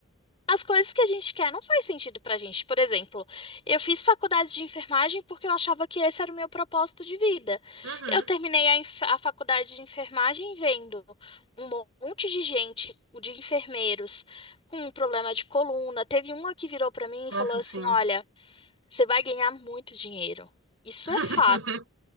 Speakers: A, on the left (about 25°); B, on the right (about 70°).
A: as coisas que a gente quer não faz sentido pra gente. Por exemplo, eu fiz faculdade de enfermagem porque eu achava que esse era o meu propósito de vida.
B: Uhum.
A: Eu terminei a, enf- a faculdade de enfermagem vendo um monte de gente, de enfermeiros, com um problema de coluna. Teve uma que virou pra mim e
B: Nossa,
A: falou assim:
B: sim.
A: Olha, você vai ganhar muito dinheiro. Isso
B: <laughs>
A: é fato,